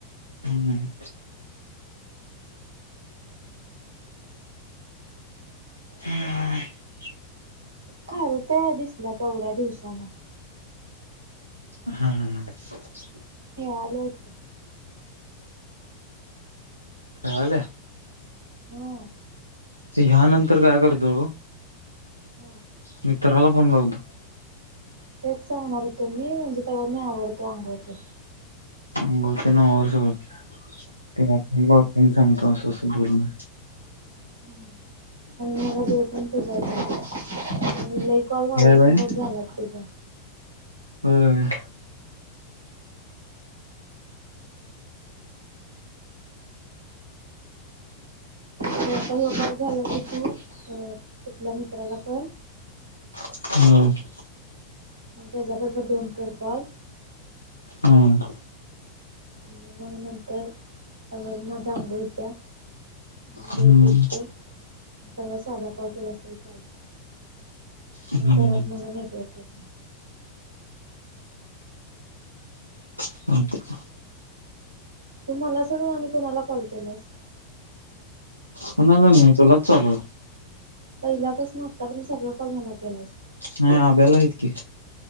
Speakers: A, on the right; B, on the right.
A: हम्म, हम्म. <inaudible>
B: खारू ताया दिसल्या केवढ्या दिवसान.
A: ह ह ह.
B: खेळालेय त्या.
A: खेळाल्या.
B: हुं.
A: ह्यानंतर काय करतो.
B: हम्म.
A: मित्राला फोन लावतो.
B: तेच सांगणार होतो मी म्हणजे तेव्हर मी आवरतो अंघोळ ते.
A: अंघोळ तेन आवर सगळं. ते डॅक्टर बी लावतोय न सांगतो असं असं बोलण.
B: हम्म आणि मला देव पण पुजायचय. आणि लई कॉल झाल्या
A: काय बाई
B: संगत झाल्यात तुझा.
A: होय.
B: त्याचा निकाल झाला की तू तिथल्या मित्राला कर
A: हो की.
B: येता जाता दोन कर कॅल
A: हम्म.
B: आणि मग नंतर सगळ्यांना जांभूळ द्या. आणि
A: हम्म
B: या नंतर मला साधा कॅल केला तरी चालेल.
A: हम्म
B: घरात मला नेटवर्क येत नाही.
A: चालतंय
B: तू मला सोडून आणि कोणाला कॉल केलायस?
A: कुणाला नाही तुलाच चालू आहे.
B: पहिल्यापासून आत्तापर्यंत सगळं कॉल मला केलास.
A: नाही आभ्याला आहेत की.